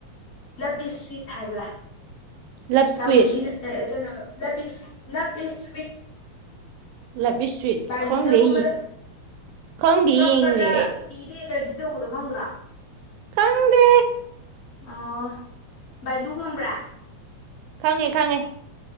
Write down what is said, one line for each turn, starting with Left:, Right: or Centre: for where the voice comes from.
Left: ꯂꯕ ꯏꯁ ꯁ꯭ꯋꯤꯠ ꯍꯥꯏꯕ꯭ꯔꯥ
Right: ꯂꯞ ꯏꯁꯀ꯭ꯋꯤꯠ
Left: ꯖꯥꯎ ꯂꯨꯁꯤꯅ ꯑ ꯑ ꯀꯩꯅꯣ love is love is sweet
Right: love is sweet
Left: ꯕꯥꯏꯂꯨꯅꯒꯨꯝꯕꯗ
Right: ꯈꯪꯗꯦ ꯑꯩ ꯌꯦꯡ ꯈꯪꯗꯦ ꯑꯩ
Left: ꯀꯞꯄꯗ
Right: ꯌꯦꯡꯗ꯭ꯔꯤꯌꯦ
Left: ꯄꯤꯗ ꯑꯦꯂꯔꯖꯤ ꯇꯧꯕꯗꯣ ꯈꯪꯗ꯭ꯔꯣ
Right: ꯈꯪꯗꯦ
Left: ꯑꯣ ꯕꯥꯥꯏꯂꯨ ꯈꯪꯕ꯭ꯔꯥ
Right: ꯈꯡꯉꯦ ꯈꯡꯉꯦ